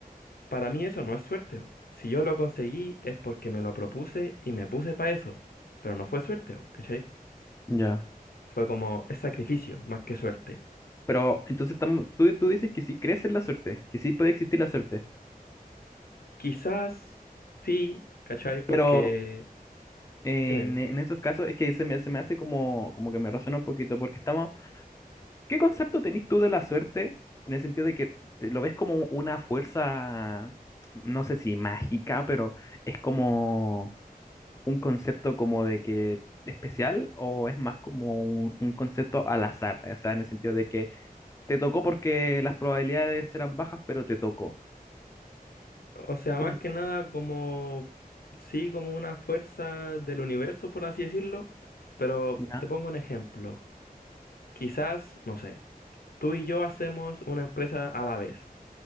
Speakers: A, on the left; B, on the left.
A: para mí eso no es suerte, bo. Si yo lo conseguí es porque me lo propuse y me puse para eso, pero no fue suerte, bo, ¿cachai?
B: ya.
A: Fue como es sacrificio más que suerte.
B: Pero entonces estamos- tú, tú dices que sí crees en la suerte, que sí puede existir la suerte.
A: Quizás sí, ¿cachai? Porque...
B: Pero en,
A: Dime, dime.
B: en esos casos es que se me, se me hace como, como que me razona un poquito porque estamos ¿Qué concepto tenés tú de la suerte en el sentido de que te- lo ves como una fuerza, no sé si mágica, pero es como un concepto como de que especial o es más como un, un concepto al azar? O sea, en el sentido de que te tocó porque las probabilidades eran bajas, pero te tocó.
A: O sea,
B: Como-
A: más que nada como... Sí, como una fuerza del universo, por así decirlo, pero
B: Ya,
A: te pongo un ejemplo. Quizás, no sé, tú y yo hacemos una empresa a la vez,